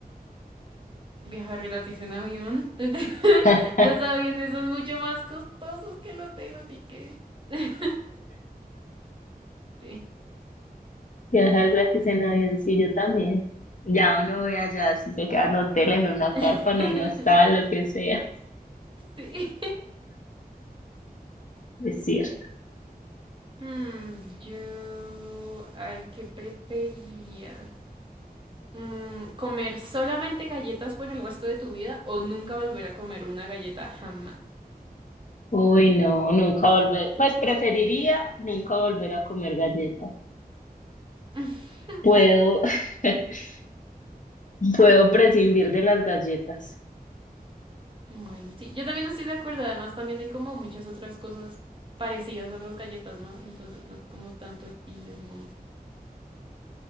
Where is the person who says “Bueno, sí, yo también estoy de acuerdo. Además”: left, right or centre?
Right